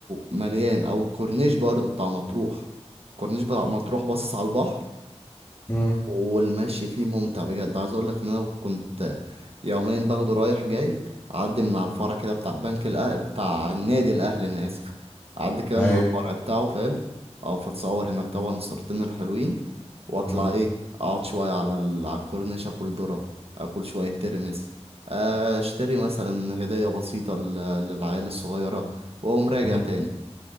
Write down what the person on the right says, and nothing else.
مليان أو الكورنيش برضه بتاع مطروح الكورنيش بتاع مطروح باصص على البحر
والمشي فيه ممتع بجد عايز اقول لك ان انا كنت يومين باخده رايح جاي اعدي من على الفرع كده بتاع البنك الأهل بتاع النادي الاهلي انا اسف اعدي كده
من على الفرع بتاعه فاهم او فتصور هناك طبعا الصورتين الحلوين واطلع
ايه اقعد شويه على ال... على الكورنيش اكل ذره اكل شويه ترمس اشتري مثلا هديه بسيطه لل... للعيال الصغيره واقوم راجع
تاني